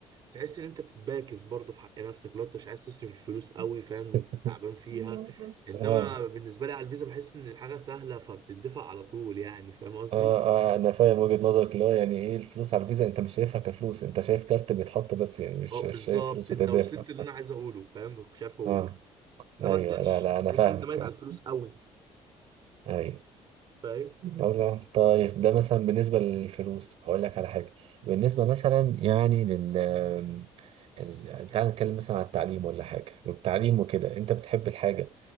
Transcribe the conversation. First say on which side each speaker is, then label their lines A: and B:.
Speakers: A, on the right; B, on the right.
A: تحس ان انت بتتباكس برضه في حق نفسك لو انت مش عايز تصرف الفلوس قوي
B: <laughs>
A: فاهم إن انت تعبان فيها انما
B: اه
A: أنا بالنسبه لي على الفيزا بحس ان الحاجه سهله فبتدفع على طول يعني فاهم قصدي
B: اه آه، انا فاهم وجهة نظرك اللي هو يعني ايه الفلوس على الفيزا انت مش شايفها كفلوس انت شايف كارت بيتحط بس يعني مش
A: اه بالظبط
B: مش شايف فلوس
A: انت
B: بتدافع
A: وصلت اللي انا عايز اقوله فاهم مش عارف اقوله
B: اه
A: انما
B: ايوه
A: الكاش
B: لا لا انا
A: تحس
B: فاهمك
A: ان انت ميت
B: آه،
A: على الفلوس قوي
B: ايوه
A: فاهم
B: طب لا طيب ده مثلا بالنسبة للفلوس هقول لك على حاجة بالنسبة مثلا يعني لل ال- تعال نتكلم مثلا على التعليم ولا حاجة والتعليم وكده انت بتحب الحاجة